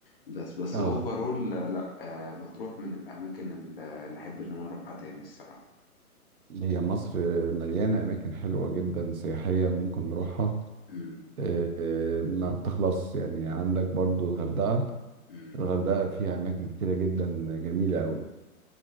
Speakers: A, on the left; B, on the right.
A: بس بس
B: اه
A: اوفرول لا آه، مطروح من الاماكن اللي اللي احب ان انا اروحها تاني الصراحة
B: هي مصر مليانة أماكن حلوة جدا سياحية ممكن نروحها
A: مم.
B: آه، آه، ما بتخلص يعني عندك برضو الغردقة
A: مم.
B: الغردقة فيها أماكن كتيرة جدا جميلة أوي